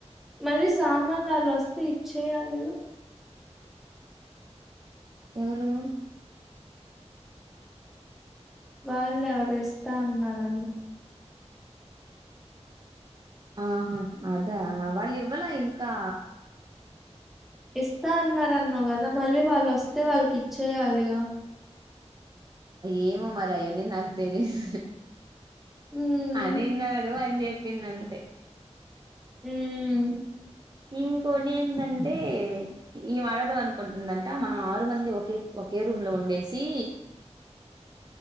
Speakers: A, in the centre; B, on the right (about 35°).
A: మళ్ళీ సామాన్లు వాళ్ళు వస్తే ఇచ్చేయాలిగా.
B: ఎవరు?
A: వాళ్ళు ఎవరు ఇస్తా అన్నారన్నావ్.
B: ఆహా అదా వాళ్ళు ఇవ్వాల ఇంకా.
A: ఇస్తా అన్నారన్నావు కదా మళ్ళీ వాళ్ళు వస్తే వాళ్ళకి ఇచ్చేయాలిగా.
B: ఏమో మరి అయన్ని నాకు తెలిదు.
A: మ్మ్
B: అనిన్నాడు అని చెప్పింది అంతే.
A: హ్మ్.
B: ఇంకోటి ఏంటంటే ఈ వడద అనుకుంటుందంట మనం ఆరు మంది ఒకే. ఒకే రూమ్ లో ఉండేసి.